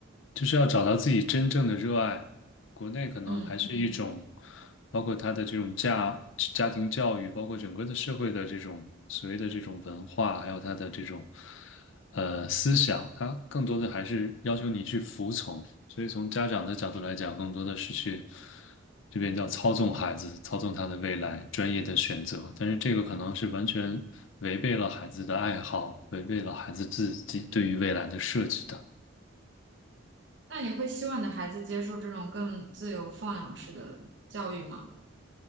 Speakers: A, on the left (about 70°); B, on the right (about 60°).
A: 就是要找到自己真正的热爱。国内可能还是一种，
B: 嗯。
A: 包括他的这种家家庭教育，包括整个的社会的这种所谓的这种文化，还有他的这种呃思想，他更多的还是要求你去服从。所以从家长的角度来讲，更多的是去这边叫操纵孩子，操纵他的未来，专业的选择。但是这个可能是完全违背了孩子的爱好，违背了孩子自己对于未来的设计的。
B: 那你会希望你的孩子接受这种更自由放养式的教育吗？